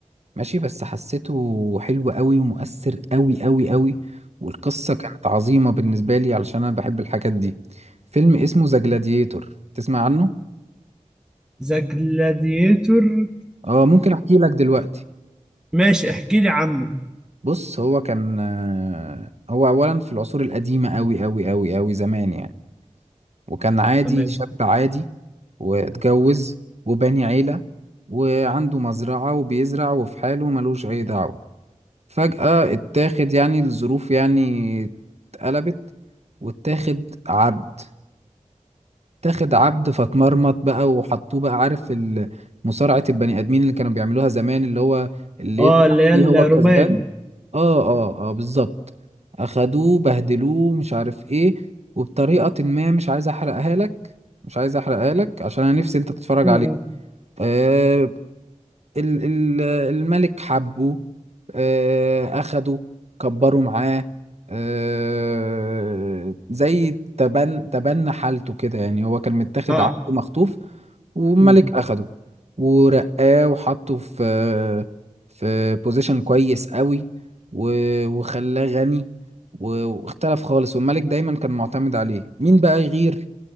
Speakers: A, on the right; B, in the centre.
A: ماشي بس حسيته حلو قوي ومؤثر قوي قوي قوي والقصة كانت عظيمة بالنسبة لي علشان أنا بحب الحاجات دي فيلم اسمه ذا جلاديتور تسمع عنه؟
B: ذا جلاديتور
A: اه ممكن أحكي لك دلوقتي
B: ماشي احكي لي عنه
A: بص هو كان آه، هو أولا في العصور القديمة قوي قوي قوي قوي زمان يعني وكان عادي
B: تمام
A: شاب عادي واتجوز وبني عيلة وعنده مزرعة وبيزرع وفي حاله ملوش أي دعوة فجأة اتاخد يعني الظروف يعني اتقلبت واتاخد عبد اتاخد عبد فاتمرمط بقى وحطوه بقى عارف ال- مصارعة البني آدمين اللي كانوا بيعملوها زمان اللي هو اللي
B: اه
A: يطلع
B: اللي هي
A: فيه
B: الرومان
A: هو الكسبان اه اه اه بالظبط اخدوه بهدلوه مش عارف ايه وبطريقة ما مش عايز احرقها لك مش عايز احرقها لك عشان انا نفسي انت تتفرج
B: امم
A: عليه آه، ال- ال- الملك حبه آه، أخده كبره معاه آه، زي تبن تبنى حالته كده يعني هو كان متاخد
B: اه
A: عبد مخطوف والملك
B: م.
A: أخده ورقاه وحطه في في بوزيشن كويس قوي و- وخلاه غني و- واختلف خالص والملك دايما كان معتمد عليه مين بقى يغير